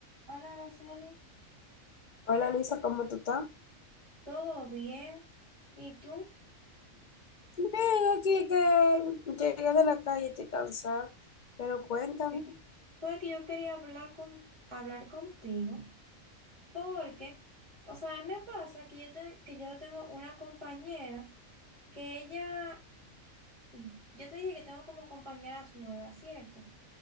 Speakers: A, on the right; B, on the left.
A: Hola, Araceli.
B: Hola Luisa, ¿cómo tú estás?
A: ¿Todo bien? ¿Y tú?
B: Bien, aquí que llegué de la calle, estoy cansada, pero cuéntame.
A: Sí. Pues que yo quería hablar con, hablar contigo porque, o sea, a mí me pasa que yo, te- que yo tengo una compañera que ella, yo te dije que tengo como compañeras nuevas, ¿cierto?